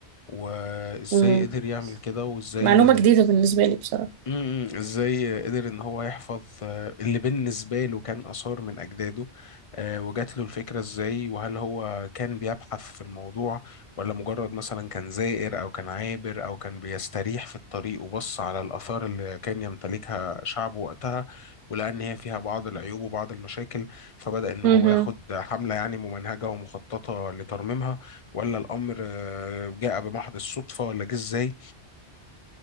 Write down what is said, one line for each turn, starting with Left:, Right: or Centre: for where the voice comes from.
Left: وإزاي
Right: مم.
Left: قدر يعمل كده وإزاي
Right: معلومة جديدة بالنسبة لي بصراحة
Left: امم ازاي قدر ان هو يحفظ آه، اللي بالنسبه له كان اثار من اجداده آه، وجات له الفكره ازاي وهل هو كان بيبحث في الموضوع ولا مجرد مثلا كان زائر او كان عابر او كان بيستريح في الطريق وبص على الاثار اللي كان يمتلكها شعبه وقتها ولقى ان هي فيها بعض العيوب وبعض المشاكل فبدأ ان
Right: مهم.
Left: هو ياخد حمله يعني ممنهجه ومخططه لترميمها ولا الامر آه، جاء بمحض الصدفه ولا جه ازاي